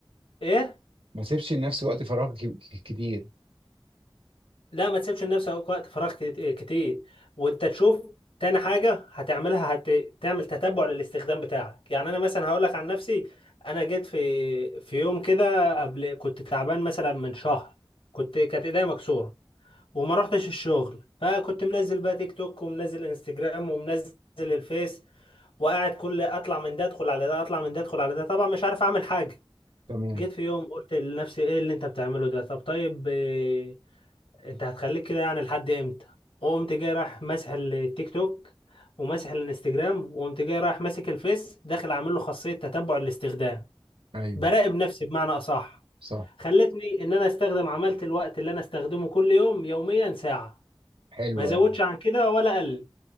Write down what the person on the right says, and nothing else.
ما سيبش لنفسي وقت فراغ ك- ك- كتير
تمام
ايوه
صح
حلو
قوي